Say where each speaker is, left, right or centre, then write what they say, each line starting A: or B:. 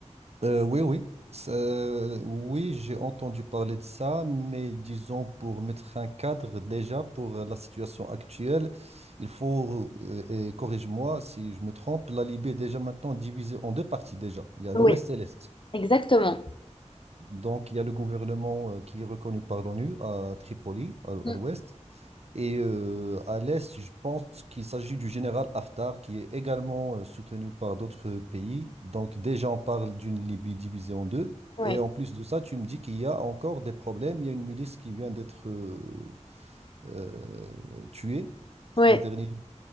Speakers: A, on the right (about 60°); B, on the left (about 45°).
A: Euh, oui, oui. Ça- euh, oui, j'ai entendu parler de ça, mais disons pour mettre un cadre déjà pour euh, la situation actuelle, il faut, euh, et corrige-moi si je me trompe, la Libye est déjà maintenant divisée en deux parties déjà. Il y a l'Ouest
B: Oui,
A: et l'Est.
B: exactement.
A: Donc il y a le gouvernement euh, qui est reconnu par l'ONU à Tripoli, à,
B: Mm.
A: à l'Ouest, et euh, à l'Est, je pense qu'il s'agit du général Haftar, qui est également euh, soutenu par d'autres pays. Donc déjà, on parle d'une Libye divisée en deux.
B: Oui,
A: Et en plus de ça, tu me dis qu'il y a encore des problèmes. Il y a une milice qui vient d'être euh, euh, tuée ces
B: oui,
A: derniers.